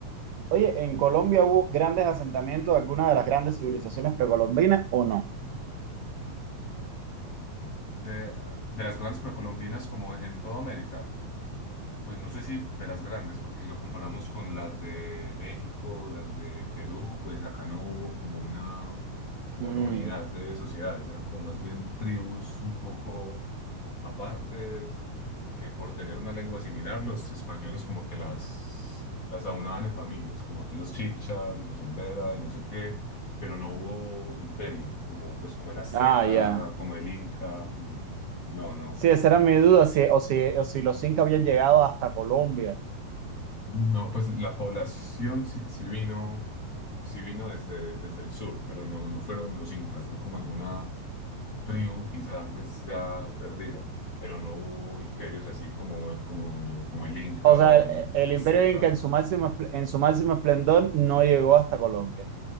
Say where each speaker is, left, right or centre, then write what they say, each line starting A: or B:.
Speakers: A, on the right; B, on the left.
A: Oye, ¿en Colombia hubo grandes asentamientos de alguna de las grandes civilizaciones precolombinas o no?
B: de, de las grandes precolombinas como en toda América, pues no sé si de las grandes, porque si lo comparamos con las de México, las de Perú, pues acá no hubo como una, como
A: Mm,
B: una unidad de sociedades, eran como más bien tribus un poco Aparte, es que por tener una lengua similar, los españoles como que las, las aunaban en familias, como aquí los chipchas, los embera y no sé qué, pero no hubo imperios, como, pues, como el azteca,
A: Ah, ya.
B: como el inca. ujú. No, no.
A: Sí, esa era mi duda, si, o, si, o si los incas habían llegado hasta Colombia.
B: No, pues la población sí, sí vino, sí vino desde, desde el sur, pero no, no fueron los incas, fue como alguna tribu quizá pues ya perdida, pero no hubo imperios así como, como, lo, como el Inca
A: O sea,
B: o
A: el,
B: el
A: el
B: Azteca.
A: imperio inca en su máximo, espl- en su máximo esplendor no llegó hasta Colombia.